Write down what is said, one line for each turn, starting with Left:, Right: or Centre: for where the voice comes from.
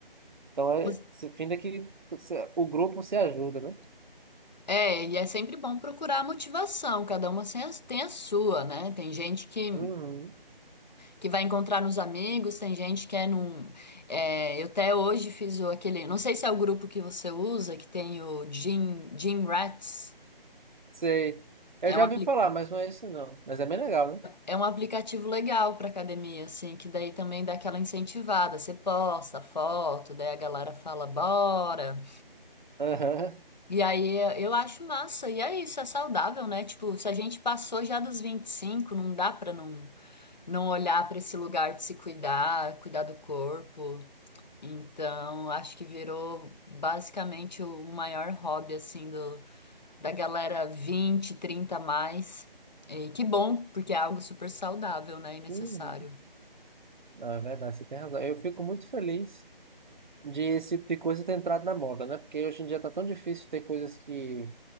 Right: Então é,
Left: Os-
Right: se finda que você- o grupo se ajuda, né?
Left: É, e é sempre bom procurar a motivação, cada uma tem a tem a sua, né? Tem gente que.
Right: Uhum.
Left: que vai encontrar nos amigos, tem gente que é num. é, eu até hoje fiz o, aquele. Não sei se é o grupo que você usa, que tem o Gym, Gym Rats.
Right: Sei. Eu
Left: É
Right: já
Left: um, apli-
Right: ouvi falar, mas não é isso não. Mas é bem legal, né?
Left: é um aplicativo legal para academia, assim, que daí também dá aquela incentivada. Você posta foto, daí a galera fala, bora.
Right: Aham.
Left: E aí eu eu acho massa. E é isso, é saudável, né? Tipo, se a gente passou já dos 25, não dá pra não, não olhar para esse lugar de se cuidar, cuidar do corpo. Então, acho que virou basicamente o maior hobby assim do da galera 20 30 a mais. E que bom, porque é algo super saudável, né, e necessário.
Right: Uhum. Não, é verdade, você tem razão. Eu fico muito feliz de esse tipo de coisa ter entrado na moda, né? Porque hoje em dia tá tão difícil ter coisas que